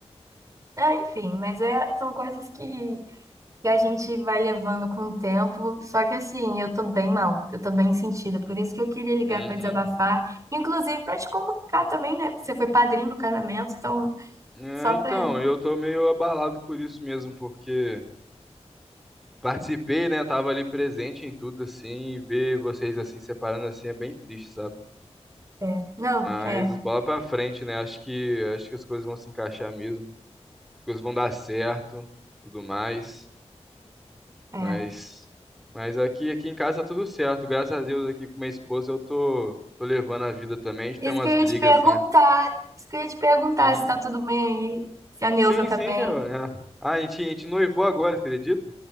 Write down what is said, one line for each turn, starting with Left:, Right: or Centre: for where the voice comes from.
Right: Ah, enfim, mas é, são coisas que, que a gente vai levando com o tempo. Só que assim, eu tô bem mal, eu tô bem sentida. Por isso que eu queria ligar
Centre: Uhum.
Right: pra desabafar, inclusive pra te comunicar também, né? Porque você foi padrinho do casamento, então
Centre: É,
Right: só
Centre: então,
Right: pra.
Centre: eu tô meio abalado por isso mesmo, porque participei, né? Tava ali presente em tudo, assim, e ver vocês assim separando assim é bem triste, sabe?
Right: É. Não,
Centre: Mas
Right: é,
Centre: bola pra frente, né? Acho que acho que as coisas vão se encaixar mesmo, as coisas vão dar certo, tudo mais.
Right: é.
Centre: Mas mas aqui aqui em casa tá tudo certo, graças a Deus aqui com minha esposa eu tô tô levando a vida também. A gente
Right: Isso
Centre: tem umas
Right: que eu
Centre: brigas
Right: ia te perguntar,
Centre: assim.
Right: isso que eu ia te perguntar
Centre: Uhum.
Right: se tá tudo bem aí, se a Neuza
Centre: Sim,
Right: tá
Centre: sim.
Right: bem.
Centre: eu- é. Ah, a gente, a gente noivou agora, acredita?